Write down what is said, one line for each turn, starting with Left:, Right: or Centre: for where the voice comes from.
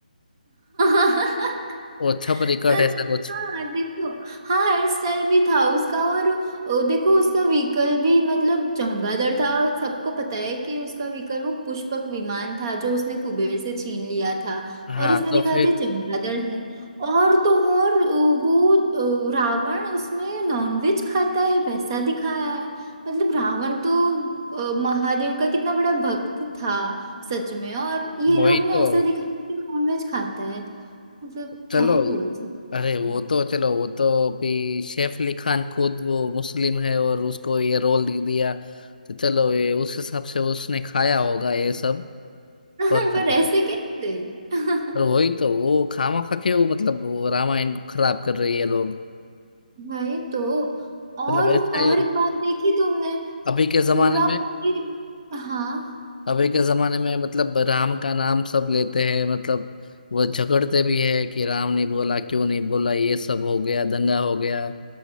Right: <laughs>
Left: वो छपरी कट
Right: सच
Left: ऐसा
Right: में
Left: कुछ
Right: हाँ देखो हाँ हेयर स्टाइल भी था उसका और ओ, देखो उसका व्हीकल भी मतलब चमगादड़ था और सबको पता है कि उसका व्हीकल वो पुष्पक विमान था जो उसने कुबेर से छीन लिया था और
Left: हाँ
Right: इसमें
Left: तो
Right: दिखाते
Left: फिर
Right: चमगादड़ है और तो और ओ, वो ओ, रावण उसमें नॉनवेज खाता है वैसा दिखाया है मतलब रावण तो ओ, महादेव का कितना बड़ा भक्त था सच में और ये
Left: वही
Right: लोग ने
Left: तो
Right: ऐसा दिखाया कि नॉनवेज खाता है मतलब
Left: चलो
Right: क्या ही बोल सकते
Left: अरे वो तो चलो वो तो अभी सैफ अली खान खुद वो मुस्लिम है और उसको ये रोल दे दिया तो चलो ये उस हिसाब से उसने खाया होगा ये सब
Right: <laughs>
Left: पर
Right: पर ऐसे कैसे <laughs>
Left: पर वही तो वो खामा खा के वो मतलब वो रामायण को खराब कर रही है लोग
Right: वही तो और
Left: मतलब ऐसे
Right: और एक बात देखी तुमने
Left: अभी के जमाने
Right: पूरा
Left: में
Right: movie- हाँ
Left: अभी के जमाने में मतलब राम का नाम सब लेते हैं मतलब वो झगड़ते भी है कि राम नहीं बोला क्यों नहीं बोला ये सब हो गया दंगा हो गया